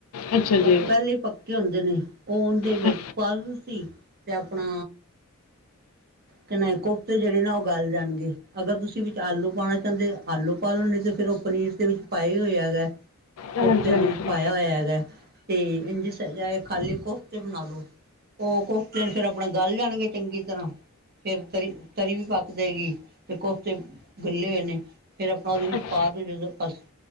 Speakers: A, on the left; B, on the right.
A: ਅੱਛਾ
B: ਓ
A: ਜੀ
B: ਪੈਲੇ ਪ ਕੇ ਹੁੰਦੇ ਨੇਂ, ਓ ਓਂਦੇ ਵਿੱਚ
A: ਹਾਂ-
B: ਪਾ ਦੋ ਤੂੰਸੀ ਤੇ ਆਪਣਾ ਕਨਾਏ ਕੋਫਤੇ ਜੇੜੇ ਨਾ ਓ ਗਾਲ ਜਾਨਗੇ। ਅਗਰ ਤੁਸੀਂ ਵਿੱਚ ਆਲੂ ਪਾਣਾ ਚਾਂਦੇ ਆਲੂ ਪਾ ਲੋ ਨਈ ਤੇ ਫਿਰ ਓ ਪਨੀਰ ਦੇ ਵਿੱਚ ਪਾਏ ਹੀ ਹੋਏ ਹੈਗਾ।
A: ਹਾਂਜੀ
B: ਕੋਫਤੇਆਂ
A: ਹਾਂਜੀ
B: ਦੇ ਵਿੱਚ ਪਾਇਆ ਹੋਇਆ ਹੈਗਾ ਤੇ ਇੰਜ ਚਾਏ ਖਾਲੀ ਕੋਫਤੇ ਬਨਾ ਲੋ। ਓ ਕੋਫ਼ਤੇ ਨ ਫਿਰ ਆਪਣਾ ਗੱਲ ਜਾਣਗੇ ਚੰਗੀ ਤਰ੍ਹਾਂ ਫੇਰ ਤਰੀ-ਤਰੀ ਵੀ, ਪੱਕ ਜਾਵੇਗੀ ਤੇ ਕੋਫ਼ਤੇ ਹਿੱਲੇ ਹੋਏ ਨੇ ਫੇਰ, ਆਪਣਾ ਉਹਦੇ ਵਿੱਚ
A: ਅੱਛਾ
B: ਪਾ ਕੇ ਜਦੋ ਬਸ